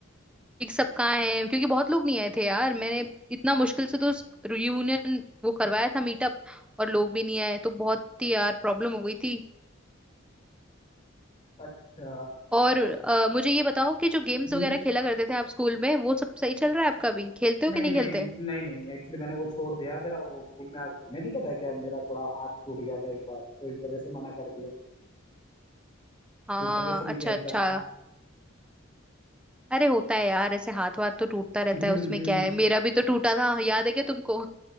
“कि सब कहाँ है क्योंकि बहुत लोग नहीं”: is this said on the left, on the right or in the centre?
Centre